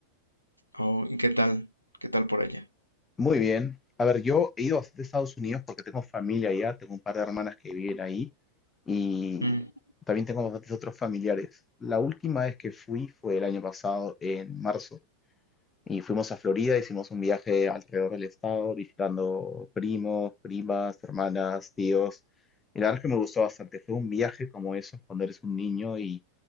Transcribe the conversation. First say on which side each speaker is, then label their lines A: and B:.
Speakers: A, on the left; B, on the left.
A: ¿O- y qué tal, qué tal por allá.
B: Muy bien. A ver, yo he ido bastante a Estados Unidos porque tengo familia allá, tengo un par de hermanas que viven ahí y
A: Mm,
B: también tengo bastantes otros familiares. La última vez que fui fue el año pasado, en marzo, y fuimos a Florida, hicimos un viaje alrededor del estado, visitando primos, primas, hermanas, tíos. Y la verdad es que me gustó bastante. Fue un viaje como esos cuando eres un niño y